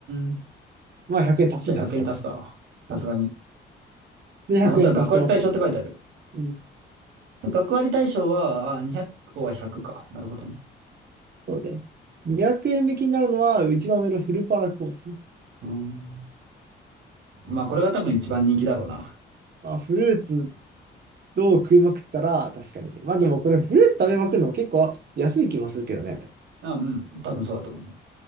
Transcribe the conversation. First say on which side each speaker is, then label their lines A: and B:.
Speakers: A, on the right (about 85°); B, on the right (about 50°).
A: ん。
B: まあ、100円足すじゃん、
A: じゃあ100円足すか。
B: それは。
A: さすがに。
B: うん、で、100円足したわけ。
A: あ、本当は学割対象って書いてある。
B: うん、
A: 学割対象は、あ、200個は100か。なるほどね。
B: そうで。200円引きになるのは、一番上のフルパラコース。
A: うーん。まあ、これが多分一番人気だろうな。
B: まあ、フルーツと食いまくったら、確かに。まあ、でもこれ、フルーツ食べまくるのも結構安い気もするけどね。
A: あ、うん。多分そうだと思う。